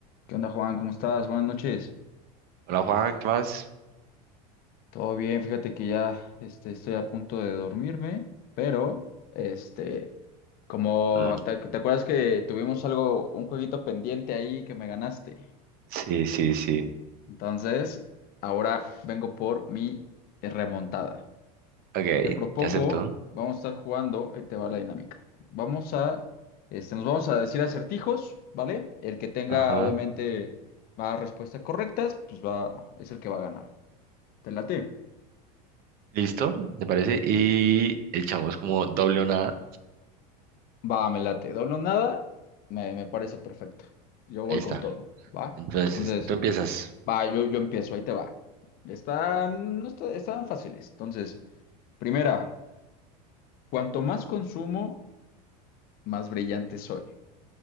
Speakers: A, on the left; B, on the right.
A: ¿Qué onda, Juan? ¿Cómo estás? Buenas noches.
B: Hola Juan, ¿qué más?
A: Todo bien, fíjate que ya este, estoy a punto de dormirme, pero este, como
B: Mm,
A: te, te acuerdas que tuvimos algo, un jueguito pendiente ahí que me ganaste.
B: Sí, sí, sí.
A: Entonces, ahora vengo por mi remontada.
B: Ok,
A: Te propongo,
B: te acepto.
A: vamos a estar jugando, ahí te va la dinámica. Vamos a, este, nos vamos a decir acertijos, ¿vale? El que tenga,
B: Ajá.
A: obviamente, más respuestas correctas, pues va, es el que va a ganar. ¿Te late?
B: ¿Listo? ¿Te parece? Y echamos como doble o nada.
A: Va, me late. Doble o nada, me, me parece perfecto. Yo
B: Ahí
A: voy
B: está.
A: con todo, ¿va?
B: Entonces,
A: Entonces,
B: tú empiezas.
A: va, yo, yo empiezo, ahí te va. Están, no está- están fáciles. Entonces, primera, cuanto más consumo, más brillante soy.